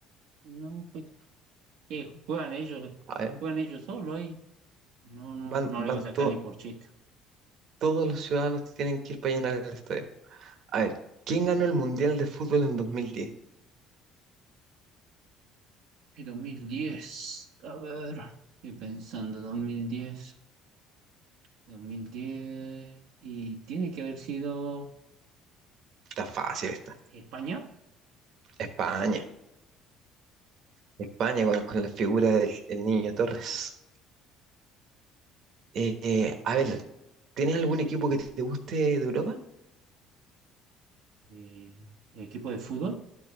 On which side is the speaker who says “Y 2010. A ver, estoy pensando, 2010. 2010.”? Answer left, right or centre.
Right